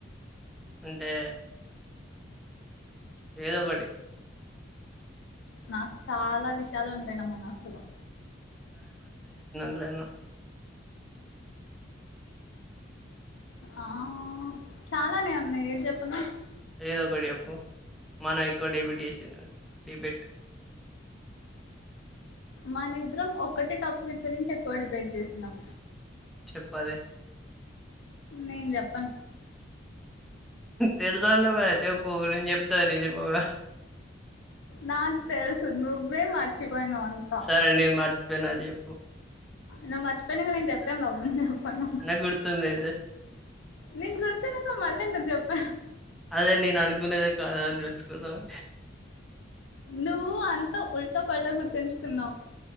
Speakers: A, in the centre; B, on the left (about 80°).
A: అంటే ఏదొ ఒకటి
B: నాకు చాలా విషయాలు ఉంటాయి నా మనసులో
A: ఏదన్నా
B: ఆ చాలానే ఉన్నాయి ఏది చెప్పను
A: ఏదో ఒకటి చేప్పు మనం ఎక్కువ డెబిట్ చేసింది డిబిట్
B: మానిద్ద్రం ఒక్కటే టాపిక్ గురించి ఎక్కువ డిబేట్ చేసినాం
A: చెప్పదె
B: నేను చెప్పను
A: తెలుసాన్నావ్ కదా చెప్పు నీను చెప్తా నువ్ చెప్పవా
B: నాక్ తెల్సు నువ్వే మార్చ్ పోయినవ్ అంతా
A: సరే నేను మర్చిపోయిన అది జెప్పు.
B: నువ్ మర్చిపోయనంక నేను చెప్పేం లాభం పను
A: నాకు గుర్తుందిది.
B: నీకు గుర్తున్నాక మళ్ళ ఎందకు చెప్ప
A: అదే నేను అనుకునేదే కాదా అ నిలుచుకుందామని
B: నువ్వు అంతా ఉల్టా పల్ట గుర్తుంచుకున్నావు